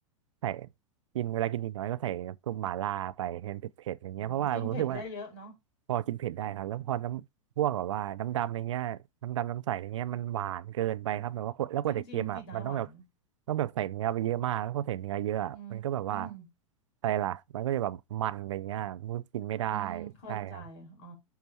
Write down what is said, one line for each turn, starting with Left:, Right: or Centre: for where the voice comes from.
Right: ใส่กินเวลากินนิดน้อยก็ใส่น้ำซุปหม่าล่าไปให้มันเผ็ดๆอย่างเงี้ยเพราะว่าผมรู้สึกว่า
Left: อืมกินเผ็ดได้เยอะเนาะ
Right: พอกินเผ็ดได้ครับแล้วพอน้ำพวกแบบว่าน้ำดำอะไรเงี้ยน้ำดำน้ำใสอะไรเงี้ยมันหวานเกินไปครับแบบว่าคนแล้วกว่าจะเค็มอ่ะมันต้องแบบ
Left: จริงๆติดน้อยหวาน
Right: ต้องแบบใส่เนื้อไปเยอะมากแล้วพอใส่เนื้อเยอะอะมันก็แบบว่า
Left: อืมอืม
Right: อะไรล่ะมันก็จะแบบมันอะไรเงี้ยมันก็กินไม่ได้
Left: อืมเข้าใจอ๋อ
Right: ใช่ครับ